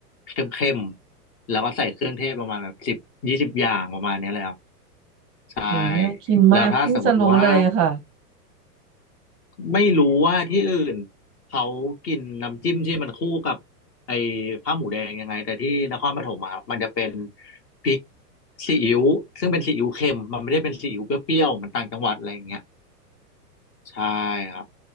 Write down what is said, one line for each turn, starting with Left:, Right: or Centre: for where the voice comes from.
Left: เข้มๆแล้วก็ใส่เครื่องเทศประมาณแบบสิบยี่สิบอย่างประมาณเนี้ยเลยครับ ใช่
Right: โหน่ากินมากเพิ่งจะรู้เลยอะค่ะ
Left: แล้วถ้าสมมติว่าไม่รู้ว่าที่อื่นเขากินน้ำจิ้มที่มันคู่กับไอ้ข้าวหมูแดงยังไงแต่ที่นครปฐมอะมันจะเป็นพริกซีอิ๊วซึ่งเป็นซีอิ๊วเค็มมันไม่ได้เป็นซีอิ๊วเปรี้ยวๆเหมันต่างจังหวัดอะไรอย่างเงี้ยใช่ครับ